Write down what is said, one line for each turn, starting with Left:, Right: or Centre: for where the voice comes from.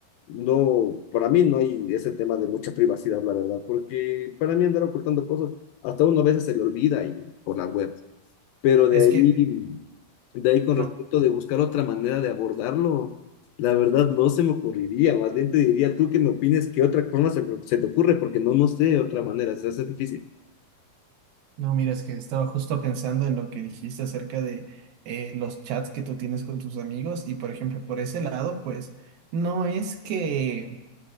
Left: no, para mí no hay ese tema de mucha privacidad, la verdad, porque para mí andar ocultando cosas, hasta uno a veces se le olvida y por la web. Pero de
Right: es
Left: ahí,
Right: que
Left: de ahí con
Right: no,
Left: respecto de buscar otra manera de abordarlo, la verdad no se me ocurriría, más bien te diría tú que me opines qué otra forma se, se te ocurre, porque no, no sé otra manera, se hace difícil,
Right: no, mira, es que estaba justo pensando en lo que dijiste acerca de eh, los chats que tú tienes con tus amigos y por ejemplo, por ese lado, pues no es que